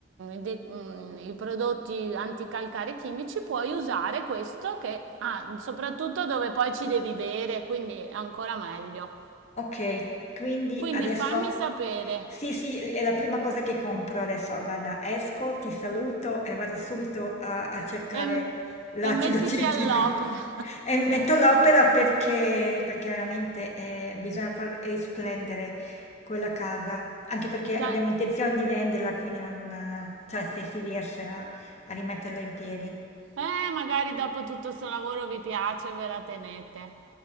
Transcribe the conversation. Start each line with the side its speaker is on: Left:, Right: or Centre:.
Right: de- mm, i prodotti anticalcare chimici, puoi usare questo che ah, soprattutto dove poi ci devi bere, quindi è ancora meglio.
Left: Ok, quindi
Right: Quindi
Left: adesso
Right: fammi sapere
Left: sì, sì, l- è la prima cosa che compro adesso. Guarda, esco, ti saluto e vado subito a, a cercare
Right: e,
Left: l'acido
Right: e mettiti
Left: citrico
Right: all'opera. <laughs>
Left: <laughs> e mi metto all'opera perché, perché veramente eh, bisogna far risplendere quella casa, anche perché
Right: Dai.
Left: abbiamo intenzione di venderla, quindi non, eh, cioè se si riesce a, a rimetterla in piedi.
Right: Eh, magari dopo tutto sto lavoro vi piace, e ve la tenete.